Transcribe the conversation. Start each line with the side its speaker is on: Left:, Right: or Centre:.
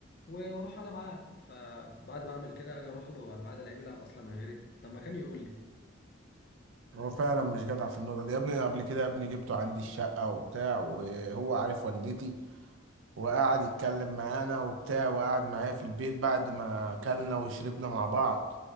Left: واروح انا معاه فبعد ما اعمل كده اجي اروح له على الميعاد الاقيه بيلعب اصلا من غيري طب ما كان يقول لي
Right: هو فعلا مش جدع في النقطة دي يا ابني قبل كده يا ابني جبته عندي الشقة وبتاع وهو عارف والدتي وقعد يتكلم معانا وبتاع وقعد معايا في البيت بعد ما أكلنا وشربنا مع بعض